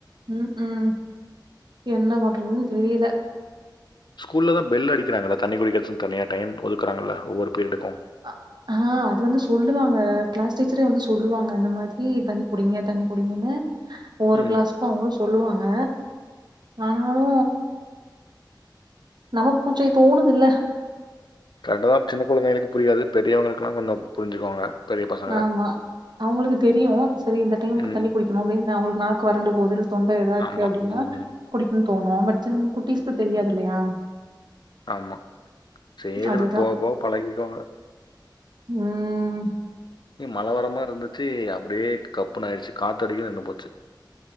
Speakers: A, on the right; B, on the left.
A: ம் ம் என்ன பண்றதுன்னு தெரியல
B: ஸ்கூல்ல தா பெல் அடிக்கிறாங்கள தண்ணி குடிக்கிறதுக்கு தனியா டைம் ஒதுக்குறாங்கள்ல ஒவ்வொரு பீரியடுக்கும்
A: அ ஹா அது வந்து சொல்லுவாங்க கிளாஸ் டீச்சரே வந்து சொல்லுவாங்க இந்த மாதிரி தண்ணி குடிங்க தண்ணி குடிங்கன்னு ஒரு
B: ம்
A: கிளாஸ்கு அவுங்களு சொல்லுவாங்க ஆனாலு நமக்கு கொஞ்ச தோணுது இல்ல
B: கரெக்டுதா சின்ன குழந்தைகளுக்கு புரியாது பெரியவங்களுக்கெல்லா கொஞ்சோ புரிஞ்சுக்குவாங்க பெரிய பசங்க
A: ஆமா அவுங்களுக்கு தெரியு சரி இந்த டைமுக்கு
B: ம்
A: தண்ணி குடிக்கணு அப்டின்னு அவுங்களுக்கு நாக்கு வறண்டு போது தொண்ட இதா இருக்கு
B: ஆமாம்
A: அப்டின்னா
B: ம்
A: குடிக்குன்னு தோணு பட் சின் குட்டிஸ்க்கு தெரியாது இல்லையா
B: ஆமா சேரி
A: அதுதா
B: அப்டி போவ போவ பழகிக்குவாங்க
A: ம்
B: நீ மலவரமா இருந்துச்சு அப்டே கப்புன்னு ஆயிடுச்சு காத்த அடிக்கது நின்னு போச்சு